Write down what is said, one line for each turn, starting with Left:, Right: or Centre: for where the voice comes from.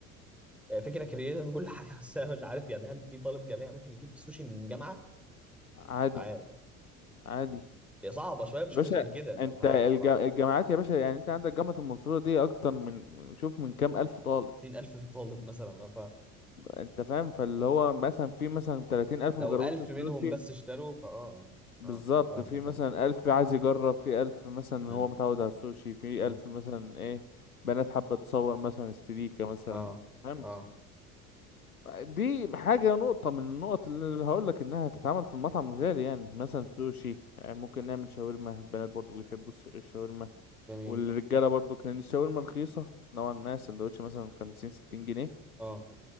Centre: آه، فكره كرييتيف كل حاجه بس انا مش عارف يعني هل في طالب جامعي ممكن يجيب سوشي من الجامعه مش
Left: عادي
Centre: عارف
Left: عادي
Centre: هي صعبه شويه مش
Left: يا
Centre: شفتهاش
Left: باشا
Centre: قبل كده
Left: انت
Centre: فمش عارف
Left: الج-
Centre: صراحه
Left: الجامعات يا باشا يعني انت عندك جامعة المنصورة دي اكتر من شوف من كام الف طالب
Centre: 60000 في الطالب مثلا آه، ف-
Left: انت فاهم فاللي هو مثلا في مثلا 30000
Centre: لو
Left: الف مجربوش
Centre: 1000
Left: السوشي
Centre: منهم بس اشتروا فاه اه
Left: بالظبط
Centre: آه، فاهمك
Left: في مثلا
Centre: انا
Left: ألف عايز يجرب في ألف مثلا
Centre: مم.
Left: هو متعود على السوشي في
Centre: مم.
Left: ألف مثلا إيه بنات حابة تصور مثلا استريكة مثلا
Centre: اه
Left: تمام
Centre: اه
Left: دي حاجة نقطة من النقط اللي هقولك إنها هتتعمل في المطعم الغالي يعني مثلا سوشي يعني ممكن نعمل شاورما البنات برضو بيحبوا الس- الشاورما
Centre: جميل
Left: والرجالة برضو لأن الشاورما رخيصة نوعا ما سندوتش مثلا خمسين ستين جنيه
Centre: اه